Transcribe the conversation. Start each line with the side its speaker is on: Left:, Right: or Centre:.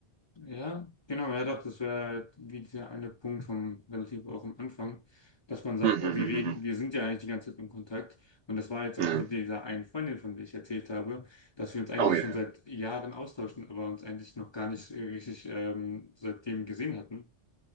Left: Ja, genau, ja doch, das wäre halt wie dieser eine Punkt vom relativ auch am Anfang, dass man sagt,
Right: Mhm,
Left: oh,
Right: mhm,
Left: wir reden, wir sind ja eigentlich die ganze Zeit im Kontakt. Und das war jetzt auch
Right: mhm. Ja.
Left: mit dieser einen Freundin, von der ich erzählt habe, dass wir uns eigentlich
Right: Oh ja.
Left: schon seit Jahren austauschen, aber uns eigentlich noch gar nicht richtig ähm, seitdem gesehen hatten.